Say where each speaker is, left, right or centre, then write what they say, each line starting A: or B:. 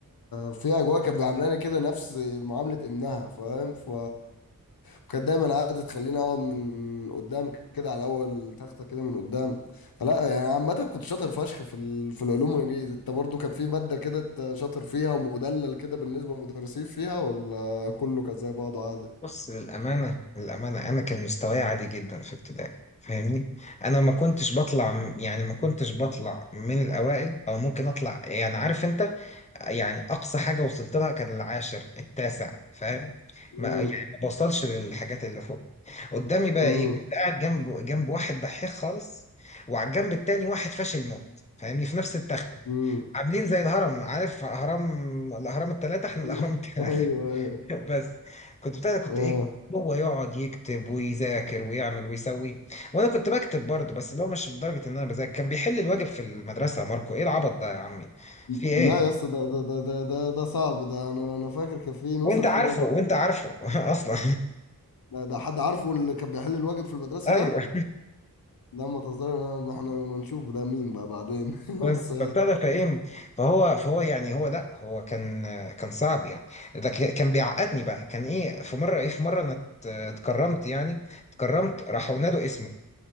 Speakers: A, on the left; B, on the left.
A: في اجواء كانت بيعاملاني كده نفس معاملة ابنها فاهم ف وكانت دايما قاعدة تخليني اقعد من قدام كده على اول تخته كده من قدام فلا يعني عامه كنت شاطر فشخ في ال... في العلوم والانجليزي انت برضو كان في ماده كده انت شاطر فيها ومدلل كده بالنسبه للمدرسين فيها ولا كله كان زي بعضه عادي
B: بص للأمانة للأمانة أنا كان مستواي عادي جدا في ابتدائي فاهمني أنا ما كنتش بطلع يعني ما كنتش بطلع من الأوائل أو ممكن أطلع يعني عارف أنت يعني أقصى حاجة وصلت لها كان العاشر التاسع فاهم ما
A: امم
B: يعني ما بوصلش للحاجات اللي فوق قدامي بقى
A: امم
B: إيه كنت قاعد جنب جنب واحد دحيح خالص وعلى الجنب التاني واحد فاشل موت فاهمني في نفس التختة
A: امم
B: عاملين زي الهرم عارف هرم الأهرام التلاتة إحنا
A: <laughs>
B: الأهرام التلاتة
A: ايوه ايوه
B: <laughs> بس كنت بتاع ده كنت
A: اه
B: ايه هو يقعد يكتب ويذاكر ويعمل ويسوي وانا كنت بكتب برضه بس اللي هو مش لدرجه ان انا بذاكر كان بيحل الواجب في المدرسه يا ماركو ايه العبط ده يا عمي في ايه
A: لا يا اسطى ده ده ده ده ده ده صعب ده انا انا فاكر كان في نسخ
B: وانت عارفه
A: كده برضه
B: وانت عارفه <laughs> اصلا
A: ده, ده حد عارفه اللي كان بيحل الواجب في المدرسه
B: <laughs> ايوه
A: ده لا ما تهزرش احنا ما نشوفه ده مين بقى بعدين <laughs>
B: بس
A: بس
B: فبتاع ده فايه فهو فهو يعني هو لا هو كان كان صعب يعني ده ك- كان بيعقدني بقى كان ايه في مره ايه في مره انا ات- اتكرمت يعني اتكرمت راحوا نادوا اسمي